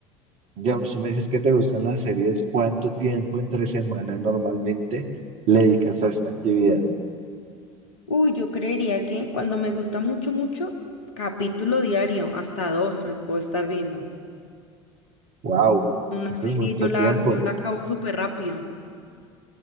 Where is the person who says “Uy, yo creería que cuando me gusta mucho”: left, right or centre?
Left